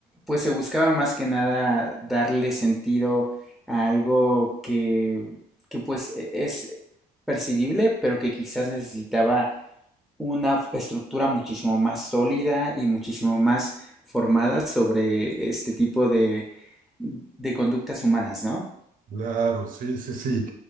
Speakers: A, in the centre; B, on the right.
A: pues se buscaba más que nada darle sentido a algo que, que pues e- es percibible, pero que quizás necesitaba una f- estructura muchísimo más sólida y muchísimo más formada sobre este tipo de, de conductas humanas, ¿no?
B: Claro, sí, sí, sí.